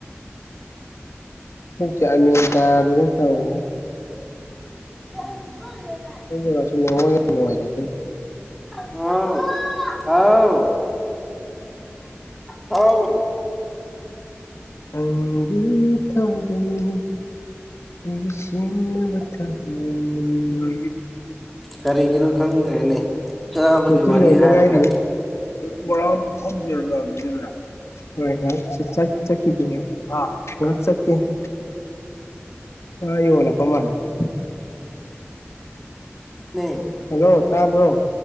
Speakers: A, on the left; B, in the centre.
A: ꯒꯌꯥꯟ ꯃꯦꯟ ꯇꯥꯗꯦꯗ ꯇꯧꯔꯤꯁꯦ
B: <inaudible>
A: ꯁꯤꯉꯅꯨꯡꯉ <inaudible>
B: ꯍꯥꯎ ꯍꯥꯎ ꯍꯥꯎ <inaudible>
A: ꯅꯪꯗꯤ ꯊꯥꯖꯅꯤ ꯑꯩꯒꯤ ꯁꯦꯡꯂꯕ ꯊꯝꯃꯣꯢꯅꯤ
B: ꯀꯔꯤꯒꯤꯅꯣ ꯈꯪꯗ꯭ꯔꯦꯅꯦ ꯆꯥꯕꯒꯤ
A: ꯗꯤꯌꯨꯇꯤ
B: ꯋꯥꯔꯤ
A: ꯂꯣꯢꯗ
B: ꯍꯥꯏꯔꯒ
A: ꯉꯥꯢꯔꯤꯌꯦ ꯃꯣꯏꯣꯔꯥꯡ ꯐꯝꯖꯔ ꯑꯗꯨꯗꯅ <inaudible> ꯍꯣꯏ ꯉ ꯆꯠꯈꯤꯅꯦ ꯉ ꯆꯠꯀꯦ <inaudible> ꯑ ꯌꯣꯂꯄ ꯃꯥꯅꯦꯦ <inaudible>
B: ꯅꯣ <inaudible>
A: ꯍꯜꯂꯣ ꯇꯥꯕ꯭ꯔꯣ